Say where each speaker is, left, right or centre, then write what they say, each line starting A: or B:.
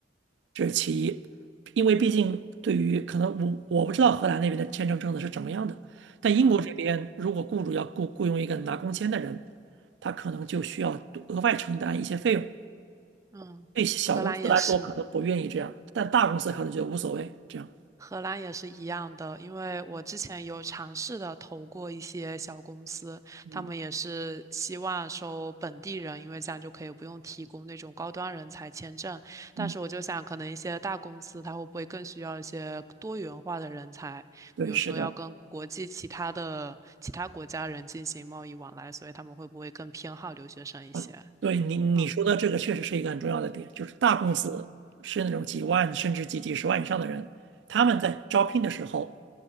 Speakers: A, on the right; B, on the right.
A: 这是其一。因为毕竟对于可能我我不知道荷兰那边的签证政策是怎么样的，但英国这边如果雇主要雇雇佣一个拿工签的人，
B: 嗯
A: 他可能就需要多额外承担一些费用。
B: 嗯，
A: 对小公司来说可能不愿意这样，
B: 荷兰也是，
A: 但大公司可能就无所谓这样。
B: 荷兰也是一样的，因为我之前有尝试的投过一些小公司，
A: 嗯
B: 他们也是希望收本地人，因为这样就可以不用提供那种高端人才签证。
A: 嗯，
B: 但是我就想，可能一些大公司它会不会更需要一些多元化的人才，
A: 对，
B: 比如说要跟国际其他的其他国家人进行贸易往来，
A: 是的。
B: 所以他们会不会更偏好留学生一些？
A: 啊，对你你说的这个确实是一个很重要的点，
B: 嗯
A: 就是大公司是那种几万甚至几几十万以上的人，
B: 嗯
A: 他们在招聘的时候，
B: 嗯